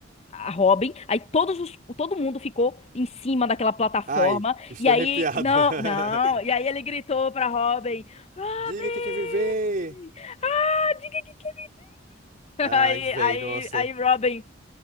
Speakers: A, on the left; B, on the right.
A: a Robin. Aí todos os, todo mundo ficou em cima daquela plataforma.
B: Ai, estou
A: E aí.
B: arrepiado.
A: Não,
B: <laughs>
A: não. E aí ele gritou pra Robin: Robin!
B: Diga que quer viver.
A: Ah, diga que. <laughs>
B: Ai,
A: Aí,
B: véi,
A: aí,
B: nossa.
A: aí, Robin.